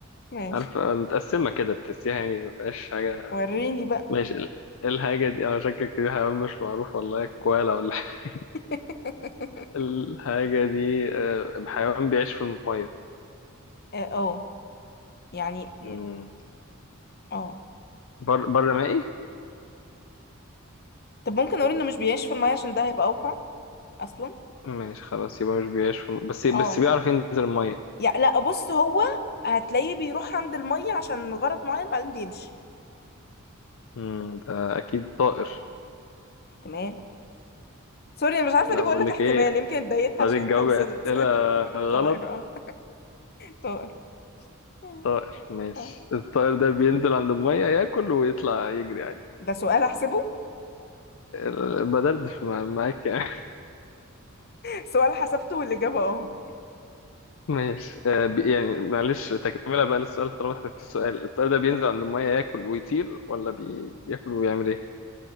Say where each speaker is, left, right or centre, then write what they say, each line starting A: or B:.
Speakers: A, on the left; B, on the left.
A: ماشي
B: عارف متقسمة كده تحسيها يعني ما فيهاش حاجة
A: وريني بقى
B: ماشي ال- الحاجة دي أنا شكك دي حيوان مش معروف والله كوالا ولا <laughs> حاجة.
A: <laughs>
B: الحاجة دي آه، حيوان بيعيش في المية
A: اه آه، يعني
B: مم.
A: م- اه
B: بر بر مائي
A: طب ممكن اقول انه مش بيعيش في المية عشان ده هيبقى اوقع اصلا
B: ماشي خلاص يبقى مش بيعيش في الم... بس بس
A: اه
B: بيعرف ينزل المية
A: يعني لا بص هو هتلاقيه بيروح عند المية عشان غرض معين بعدين بيمشي
B: مم. ده أكيد طائر
A: احتمال سوري انا مش عارفة
B: لا
A: ليه بقول
B: بقول
A: لك
B: لك
A: احتمال
B: إيه
A: يمكن اتضايقت
B: طريقة
A: عشان انت
B: جواب
A: وصلت
B: أسئلة
A: <laughs>
B: غلط
A: طائر اه طائر آه،
B: طائر ماشي
A: آه.
B: الطائر ده بينزل عند المية ياكل ويطلع يجري عادي
A: ده سؤال احسبه <laughs>
B: ال- بدردش مع- معاك يعني <laughs>
A: سؤال حسبته والاجابة اه
B: ماشي آه بي- يعني معلش تكملة بقى للسؤال طالما احتجتي سؤال الطائر ده بينزل عند المية ياكل ويطير ولا بي... بياكل ويعمل ايه؟